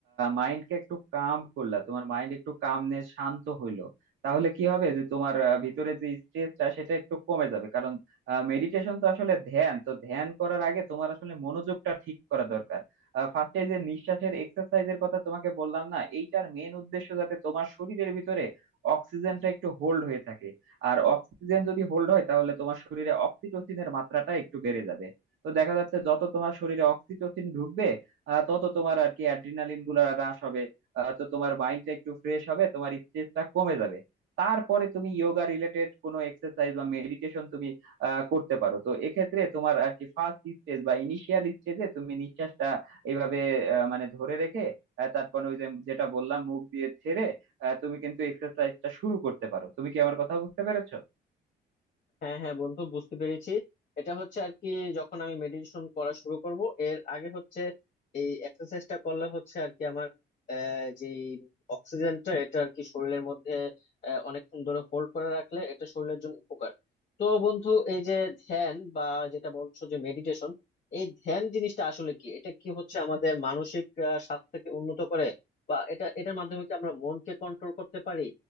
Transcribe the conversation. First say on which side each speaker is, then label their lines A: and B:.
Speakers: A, on the right; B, on the left.
A: মাইন্ডকে একটু কাম করলা তোমার মাইন্ড একটু কামনেস শান্ত হইলো তাহলে কি হবে যে তোমার আহ, ভিতরে যে স্ট্রেসটা সেটা একটু কমে যাবে কারণ মেডিটেশন তো আসলে ধ্যান তো ধ্যান করার আগে তোমার আসলে মনোযোগটা ঠিক করা দরকার ফার্স্টে যে নিঃশ্বাসের এক্সারসাইজের কথা তোমাকে বললাম না এইটার মেন উদ্দেশ্য যাতে তোমার শরীরের ভিতরে অক্সিজেনটা একটু হোল্ড হয়ে থাকে আর অক্সিজেন যদি হোল্ড হয় তাহলে তোমার শরীরে অক্সিটোসিনের মাত্রাটা একটু বেড়ে যাবে তো দেখা যাচ্ছে যত তোমার শরীরে অক্সিটোসিন ঢুকবে আহ, তত তোমার আর কি অ্যাড্রিনালিন গুলা হ্রাস হবে আহ, তো তোমার মাইন্ডটা একটু ফ্রেশ হবে তোমার স্ট্রেসটা কমে যাবে তারপরে তুমি যোগা রিলেটেড কোনো এক্সারসাইজ বা মেডিটেশন তুমি আহ, করতে পারো তো এক্ষেত্রে তোমার আর কি ফার্স্ট স্টেজ বা ইনিশিয়াল স্টেজে তুমি নিঃশ্বাসটা এইভাবে আহ, মানে ধরে রেখে আহ, তারপরে ওই যে যেটা বললাম মুখ দিয়ে ছেড়ে আহ, তুমি কিন্তু এক্সারসাইজটা শুরু করতে পারো তুমি কি আমার কথা বুঝতে পেরেছো
B: হ্যাঁ হ্যাঁ বন্ধু বুঝতে পেরেছি এটা হচ্ছে আর কি যখন আমি মেডিটেশন করা শুরু করব এর আগে হচ্ছে এই এক্সারসাইজটা করলে হচ্ছে আর কি আমার যে অক্সিজেনটা এটা আর কি শরীরের মধ্যে আহ, অনেকক্ষণ ধরে হোল্ড করে রাখলে এটা শরীরের জন্য উপকার তো বন্ধু এই যে ধ্যান বা যেটা বলছো যে মেডিটেশন এই ধ্যান জিনিসটা আসলে কি এটা কি হচ্ছে আমাদের মানসিক আহ, স্বাস্থ্যকে উন্নত করে বা এটা এটার মাধ্যমে কি আমরা মনকে কন্ট্রোল করতে পারি